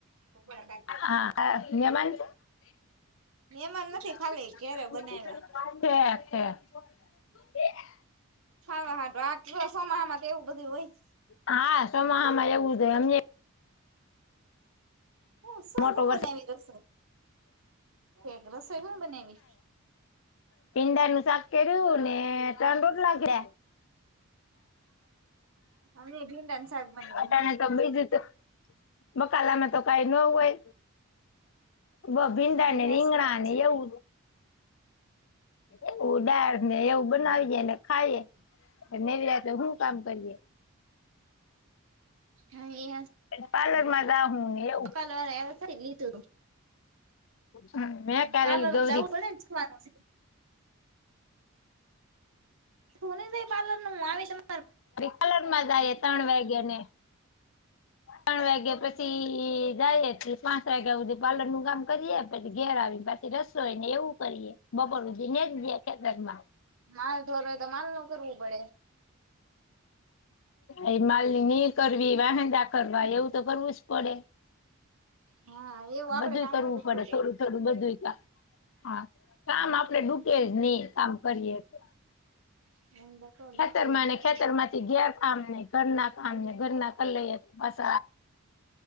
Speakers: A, on the right (about 70°); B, on the left (about 60°).
A: <unintelligible>
B: હા. <unintelligible>
A: મહેમાન નથી ખાલી
B: <unintelligible>
A: ઘેરે બનાવ્યા
B: <inaudible>
A: હાવા હાો આ સોમામાં એવું બધું હોય.
B: હા સોમાહામાં એવું થ એમને
A: રસોઈ
B: મોટો
A: શું
B: વરસાદ
A: બનાવી રસોઈ એક રસોઈ શું બનાવી?
B: પીંડા નું શાક કે્યું ને ટાંડો જ લાગ્યા
A: અમે ભીંડન શક બના
B: અટાણે તો બીજું તો બકાલામાં તો કઈ ન હોય. બ ભિંડાાને
A: હા એ હાચી
B: રીંગણાને
A: વાત છે
B: એવું એવું ડળ ને એવું બનાવીએ ને ખાઈએ. નવી રાતો હું કામ કરીએ.
A: હા એ
B: પાર્લરમાં રા હું ને એવું
A: <unintelligible> રી લીધું
B: હમ મેં કાલે
A: પાર્લર
B: ગૌરી
A: જવું પડેનેવાનું <unintelligible>
B: કલરમાં જ ત્રણ વાગ્યા ને ત્રણ વાગ્યા પ છી જાય એ પા ધી પ્લર નું કામ કરીએ પછી ઘેર આવી પછી રસોઈ ને એવું કરીએ બપોર દિનેશ જે કે ધરમાં
A: માલ ઢોર હોય તો માલ નું કરવું પડે.
B: એ માલ કરવી વાહંદા કરવા એવું તો કરવું જ પડે
A: હા એવું આપડે
B: બધું
A: કામ
B: કરવું પડે
A: ખૂટે.
B: થોડું થોડું બધું હા કામ
A: હા
B: આપડે
A: એવું.
B: ડૂટે જ નહી કામ કરીએે તો.
A: <unintelligible>
B: ખતર ખેતરમાં
A: કામ
B: ઘેર કામ નહ ઘર ના કામ ઘર ના ક લઈ તો બસ